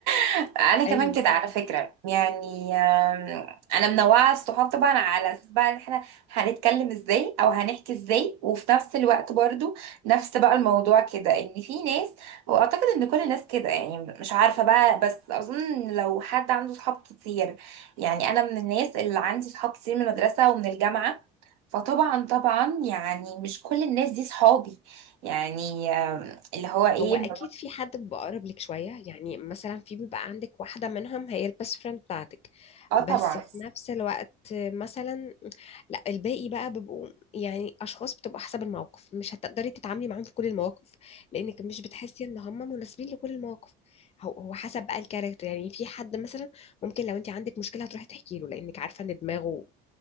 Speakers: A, on the right; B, on the left.
A: <laughs> انا
B: ايوه
A: كمان كده على فكره يعني آم، انا منوعه الصحاب طبعا على اساس بقى ان احنا هنتكلم ازاي او هنحكي ازاي وفي نفس الوقت برضو نفس بقى الموضوع كده ان في ناس واعتقد ان كل الناس كده يعني مش عارفه بقى بس اظن إن لو حد عنده صحاب كتير يعني انا من الناس اللي عندي صحاب كتير من المدرسه ومن الجامعه فطبعا طبعا يعني مش كل الناس دي صحابي يعني آم، اللي هو ايه
B: هو اكيد في حد بيبقى اقرب لك شويه يعني مثلا في بيبقى عندك واحده منهم هي البيست فريند بتاعتك
A: اه
B: بس
A: طبعا
B: في نفس الوقت مثلا لا الباقي بقى بيبقوا يعني اشخاص بتبقى حسب الموقف مش هتقدري تتعاملي معاهم في كل المواقف لانك مش بتحسي ان هم مناسبين لكل المواقف هو هو حسب بقى الكاركتر يعني في حد مثلا ممكن لو انت عندك مشكله هتروحي تحكي له لانك عارفه ان دماغه